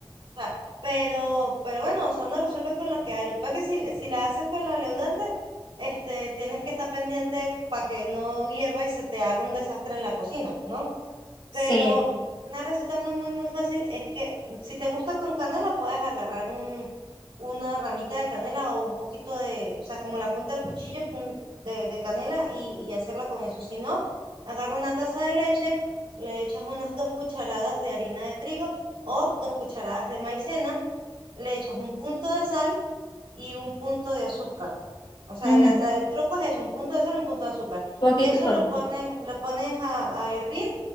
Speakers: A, on the right; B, on the left.
A: sea, pero, pero bueno, o sea, uno resuelve con lo que hay. Lo que pasa es que si, si la haces con la leudante, este, tienes que estar pendiente para que no hierva y se te haga un desastre en la cocina, ¿no?
B: sí.
A: Pero una receta muy, muy, muy fácil es que mm, si te gusta con canela, puedes agarrar un, una ramita de canela o un poquito de, o sea, como la punta del cuchillo con- de, de canela y, y hacerla con eso. Si no, agarra una taza de leche, le echas unas dos cucharadas de harina de trigo o dos cucharadas de maicena, le echas un punto de sal y un punto de azúcar. O sea,
B: ujú,
A: la- la- el truco es eso, un punto de sal, un punto de azúcar.
B: Poquito
A: Y eso
B: y poquito.
A: lo pones, lo pones a a hervir